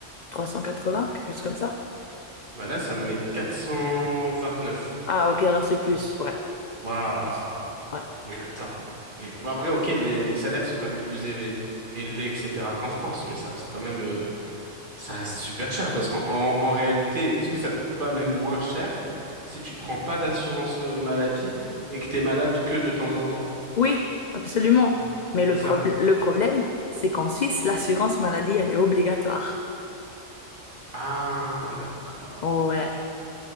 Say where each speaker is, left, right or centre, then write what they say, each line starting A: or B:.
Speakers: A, on the left; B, on the right.
A: trois cent quatre-vingts quelque chose comme ça.
B: Bah là ça me met 429.
A: Ah, ok, alors c'est plus, ouais.
B: Waouh.
A: c'est Plus. Ouais.
B: Mais attends. Mais bon après ok les, les salaires sont quand même plus élevés, élevés etc. qu'en France, mais ça reste quand même euh, Ça reste super cher parce qu'en en, en réalité, est-ce que ça te coûte pas même moins cher si tu prends pas d'assurance euh, maladie et que t'es malade que de temps en temps?
A: Oui, absolument. Mais le,
B: C'est
A: prob-
B: ça?
A: le problème, c'est qu'en Suisse, l'assurance maladie, elle est obligatoire.
B: Ah, d'accord.
A: Ouais,